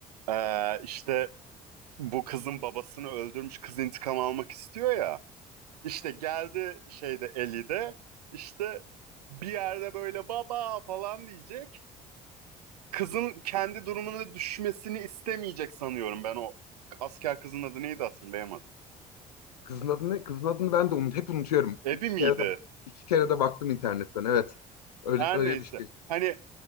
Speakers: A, on the right; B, on the left.
A: Ee, işte bu kızın babasını öldürmüş kız intikam almak istiyor ya. İşte geldi şeyde 50'de işte bir yerde böyle baba falan diyecek. Kızın kendi durumuna düşmesini istemeyecek sanıyorum ben o asker kızın adı neydi hatırlayamadım.
B: Kızın adı ne? Kızın adını ben de unut, hep unutuyorum.
A: Ebi
B: İki
A: miydi?
B: kere de iki kere de baktım internetten evet. Öyle
A: Her
B: öyle
A: neyse.
B: bir şey.
A: Hani